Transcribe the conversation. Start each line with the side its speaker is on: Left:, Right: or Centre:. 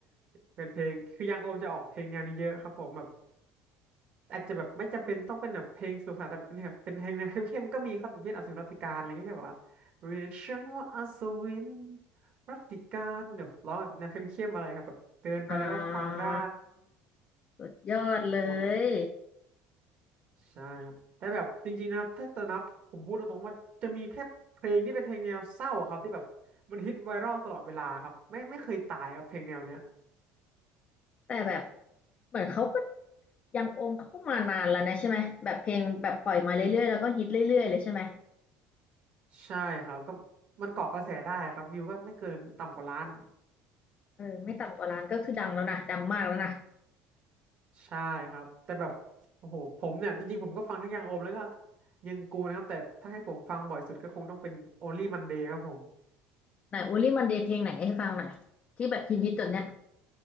Right: เป็นเพลงคือยังโอมจะออกเพลงแนวนี้เยอะครับผมแบบ อาจจะแบบไม่จำเป็นต้องเป็นแบบเพลงสนุกสนานแต่เป็นแบบเป็นเพลงแนวเข้มๆก็มีครับอย่างเช่นอสูรรัตติกาลอะไรเงี้ยที่แบบว่า reaction ว่าอัศวินรัตติกาลแบบร้องแบบแนวเข้มๆอะไรครับแบบเดินไปแล้วก็ฟังได้
Left: อ่าสุดยอดเล
Right: หมด
Left: ย
Right: ใช่ครับแต่แบบจริงๆนะครับถ้าจะนับผมพูดตรงๆว่าจะมีแค่เพลงที่เป็นเพลงแนวเศร้าอะครับที่แบบมันฮิตไวรัลตลอดเวลาครับไม่ไม่เคยตายครับเพลงแนวเนี้ย
Left: แต่แบบเหมือนเขาก็ยังโอมเขาก็มานานแล้วนะใช่ไหมแบบเพลงแบบปล่อยมาเรื่อยๆแล้วก็ฮิตเรื่อยๆเลยใช่ไหม
Right: ใช่ครับก็มันเกาะกระแสได้ครับวิวก็ไม่เกินต่ำกว่าล้าน
Left: เออไม่ต่ำกว่าล้านก็คือดังแล้วนะดังมากแล้วนะ
Right: ใช่ครับแต่แบบโอ้โหผมเนี่ยจริงๆผมก็ฟังทั้งยังโอมแล้วก็ยังกูนะครับแต่ถ้าให้ผมฟังบ่อยสุดก็คงต้องเป็น Only Monday ครับผม
Left: ไหนโอลี่มันเดย์เพลงไหนให้ฟังหน่อยที่แบบฮิตๆตอนเนี้ย